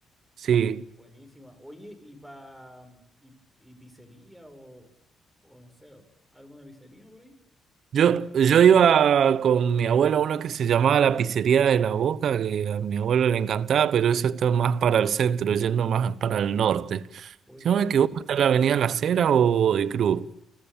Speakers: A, in the centre; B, on the right (about 65°).
A: sí,
B: Sí.
A: buenísima. Oye, y pa, mm, y, y pizzería o, o no sé, alguna pizzería por ahí?
B: Yo, yo iba con mi abuelo a uno que se llamaba la Pizzería de la Boca, que a mi abuelo le encantaba, pero eso está más para el centro, yendo más para el norte.
A: Oye,
B: Si no me equivoco, está en la Avenida La Cera o de Cruz,